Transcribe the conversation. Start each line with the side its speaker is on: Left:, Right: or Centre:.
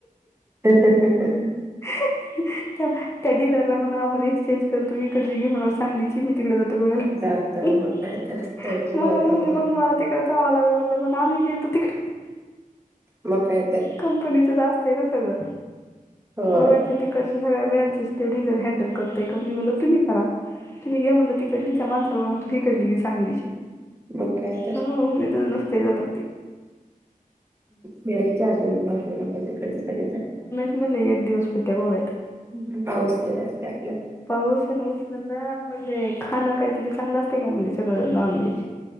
Right: <unintelligible>
Left: <unintelligible> त्या, त्या डीलरला म्हणा, आपण एक्सचेंज कर. तू इकडची घे म्हणा सांगलीची. मी तिकडे जातो गोव्याला.
Right: जातो
Left: <unintelligible>
Right: मग काय तर तेवढंच गोव्यात
Left: मला म्हणले
Right: राहून
Left: मग मला तिक तिकड जावा लागंल. मनलं मघ आम्ही बी येतो तिकडं.
Right: मग काय तर?
Left: कंपनीचच असतय ना सगळं.
Right: होय
Left: गोव्याच ती इडच्या सगळ्या ब्रँचेस ते डीलर हँडल करत ते क मी म्हणल तुम्ही करा. तुम्ही घ्या म्हणलं, तीकडली. त्या मानसाला म्हणाव तू हीकडली घी सांगलीची.
Right: मग काय तर
Left: हा हा. म्हणले, तसं नसतंय जमत ती.
Right: वेळी आली की, अजून बघजाल आपण तिकडच कधीतर.
Left: म्हणलं, एक दिवस फिर त्या गोव्यात.
Right: ह. पाऊस लय असत्याय.
Left: पाऊस आणि उष्ण जा पडले. खाणं काय तिथ चांगलं असत का म्हणले. सगळं नॉनव्हेज.